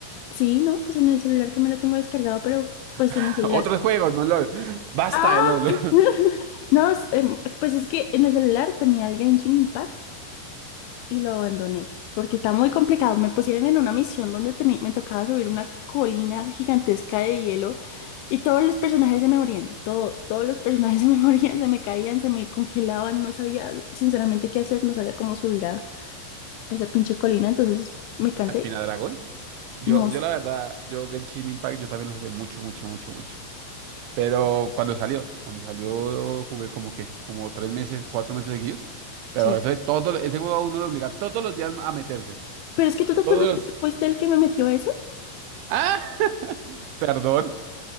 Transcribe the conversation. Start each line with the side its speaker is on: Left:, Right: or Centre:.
Left: Sí, no, pues en el celular también lo tengo descargado, pero pues
Right: <laughs>
Left: en el celular.
Right: Otros juegos, no LOL. <laughs> Basta
Left: ¡Ah!
Right: de LOL.
Left: <laughs> No, es, em, pues es que en el celular tenía el Genshin Impact y lo abandoné porque está muy complicado. Me pusieron en una misión donde teni- me tocaba subir una colina gigantesca de hielo y todos los personajes se me morían, todos, todos los personajes <laughs> se me morían, se me caían, se me congelaban, no sabía sinceramente qué hacer, no sabía cómo subir a a esa pinche colina, entonces me
Right: <laughs>
Left: cansé.
Right: Espina Dragón. Yo,
Left: No,
Right: yo la verdad, yo Genshin Impact, yo también lo jugué mucho, mucho, mucho, mucho. Pero cuando salió, cuando salió jugué como que, como tres meses, cuatro meses seguidos. Pero
Left: sí.
Right: eso de todo, ese juego a uno lo obliga todos los días a meterse.
Left: Pero es que tú te acuerdas
Right: Todos los...
Left: que tú fuiste el que me metió eso.
Right: ¡Ah! Perdón.